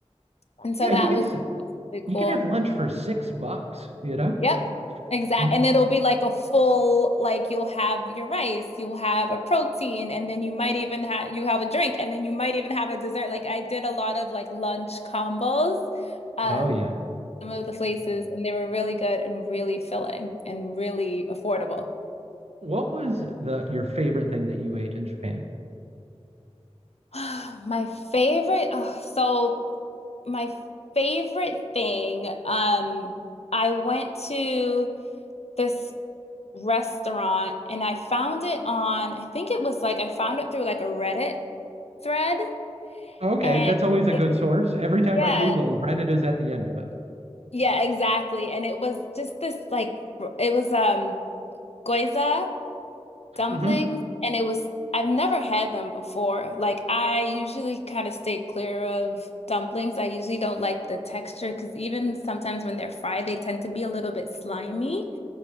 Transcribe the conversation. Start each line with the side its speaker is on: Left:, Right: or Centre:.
Left: And so
Right: Yeah,
Left: that
Right: you can
Left: was
Right: s-
Left: really
Right: you
Left: cool.
Right: can have lunch for six bucks, you know?
Left: Yep. Exact.
Right: Mhm.
Left: And it'll be like a full, like you'll have your rice, you'll have a protein, and then you might even have you have a drink, and then you might even have a dessert. Like I did a lot of like lunch combos, um,
Right: Oh yeah.
Left: some of the places, and they were really good and really filling and really affordable.
Right: What was the your favorite thing that you ate in Japan?
Left: <gasps> <sighs> My favorite, oh, so my favorite thing, um, I went to this restaurant and I found it on, I think it was like I found it through like a Reddit thread
Right: Okay,
Left: and
Right: that's always a
Left: it-
Right: good source. Every time
Left: yeah,
Right: I Google, Reddit is at the end of it.
Left: yeah, exactly. And it was just this like r- it was um gyoza dumplings
Right: hmm
Left: and it was I've never had them before. Like I usually kind of stay clear of dumplings. I usually don't like the texture because even sometimes when they're fried, they tend to be a little bit slimy